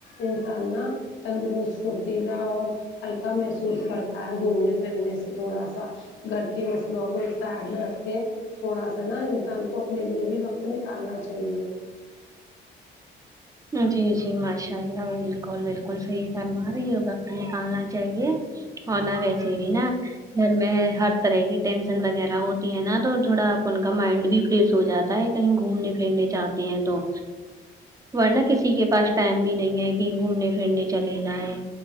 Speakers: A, on the left; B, on the right.
A: انسان نا تندرست فھرتیلا اور ہلکا محسوس کرتا ہے گھومنے پھرنے سے تھوڑا سا گھر کی مسلوں کو ایک سائڈ میں رکھ کے تھوڑا سا نا انسان کو اپنے لیے بھی وقت نکالنا چاہیے
B: جی جی ماشاء اللہ بالکل بالکل صحیح فرما رہی ہے وقت نکالنا چاہیے ہونا ویسے بھی نا گھر میں ہر طرح کی ٹینشن وغیرہ ہوتی ہے نا تو تھوڑا ان کا مائنڈ بھی فریش ہو جاتا ہے کہیں گھومنے پھرنے جاتی ہیں تو ورنہ کسی کے پاس ٹائم بھی نہیں ہے کہ گھومنے پھرنے چلے جائیں